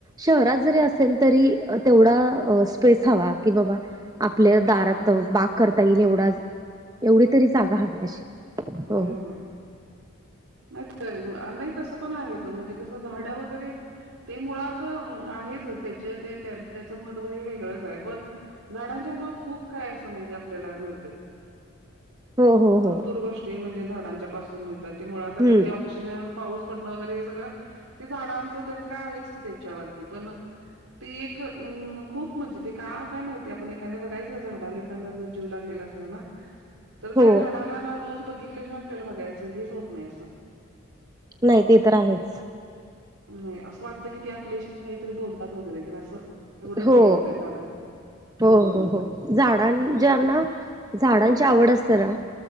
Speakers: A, on the right (about 15°); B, on the right (about 75°).
A: शहरात जरी असेल तरी तेवढा स्पेस हवा कि बाबा आपल्या दारात
B: हा
A: बाग करता येईल एवढा एवढी तरी जागा हवी अशी
B: हम
A: हो
B: हम नाही नाही, तसं पण आहेच म्हणजे कसं झाडं वगैरे ते मुळात आहेचच त्याचे ते त्याच महत्त्व हे वेगळंच आहे पण झाडांच्या मुळे खूप काय असं म्हणजे आपल्याला मिळतय
A: हो हो
B: भरपूर
A: हो
B: गोष्टी म्हणजे झाडांच्या पासून मिळतात, ते मुळात आता
A: हम्म
B: ते ऑक्स पाऊस पडणं वगैरे हे सगळं ते झाडांच तर काय आहेच त्याच्यावरती पण ती एक खूप म्हणजे ते का काय माहिती आपण एखाद्या बघायचं झाडाला एखादा जर जीवलागलेला असतो. हो ना तर
A: हो
B: त्या झाडाला ना रोज बघितल्याशिवाय आपल्याला बघायचं हेच होत नाही असं-
A: नाही ते तर आहेच
B: नाही. असं वाटतं की ती आपल्याशी काहीतरी बोलत वगरे अस एवढ्यात
A: हो
B: हे होते झाड
A: हो
B: होय होय
A: हो हो झाडां ज्यांना झाडांची आवड असते ना